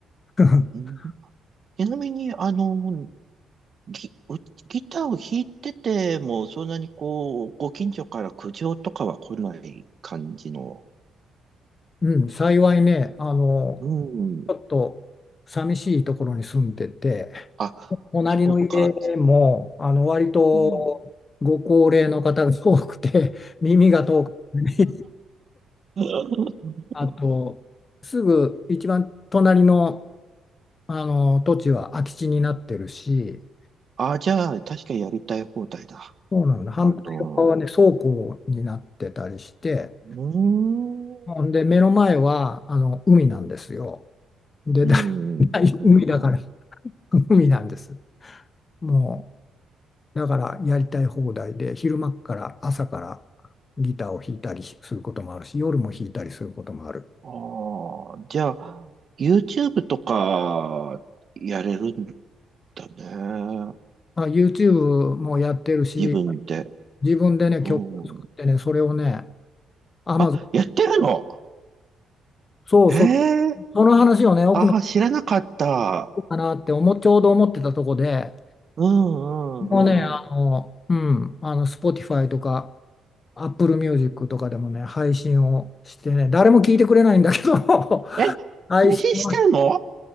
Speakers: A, on the left; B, on the right.
A: <laughs>
B: うんちなみに、あの、ギ、うギターを弾いてても、そんなにこう、ご近所から苦情とかは来ない感じの。
A: うん、幸いね、あの、
B: うん。
A: ちょっと寂しいところに住んでて、
B: あ、
A: 隣の家も、
B: そうか。
A: あの、割とご高齢の方が多くて、
B: うん。
A: <laughs> 耳が遠くて、<laughs>
B: <laughs>
A: あと、すぐ一番隣の、あの土地は空き地になってるし、
B: あ、じゃあ、確かにやりたい放題だ。
A: そうなんだ、反対側はね、
B: あの、
A: 倉庫になってたりして、
B: うーん。
A: ほんで、目の前は、あの、海なんですよ。で、
B: うん。
A: だ <laughs>、
B: いいな。
A: 海だから、海なんです。もうだからやりたい放題で、昼間から朝からギターを弾いたりすることもあるし、夜も弾いたりすることもある。
B: ああ、じゃあ、YouTube とか、やれるんだね。
A: まあ、YouTube もやってるし、
B: 自分で。
A: 自分でね、
B: うん。
A: 曲を作ってね、それをね、Amazon、
B: あ、やってるの
A: そうそう、
B: ええー
A: その話をね、奥の
B: ああ知らなかった。
A: 人かなって思、ちょうど思ってたとこで、
B: うんうんうん。
A: もうね、あの、うん、あの、Spotify とか、Apple Music とかでもね、配信をしてね、誰も聞いてくれないんだけど、
B: え、
A: <laughs> 配信は、
B: 配信してるの